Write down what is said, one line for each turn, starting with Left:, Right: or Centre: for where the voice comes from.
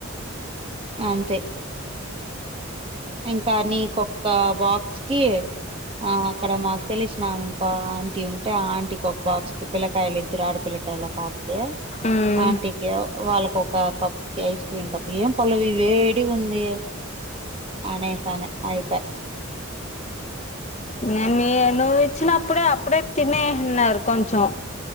Right: అంతే ఇంకా నీకొక్క బాక్ కి అ అహా అక్కడ మాకు తెలిసినాం ఇంకో ఆంటీ ఉంటే ఆ ఆంటీకి ఒక బాక్స్ ఇ పిలకాయలు ఇద్దరు ఆడ పిలకాయలా పాపకి
Left: ఉమ్ ఉమ్
Right: ఆంటీకి వాళ్ళకి ఒక కప్కి ఐస్ క్రీమ్ కప్ ఏం పలవి వేడిగూంది అనేసనె ఆయిప
Left: ఏ మె నువ్వు ఇచ్చినపుడే అప్పుడే తినేహ్నారు కొంచం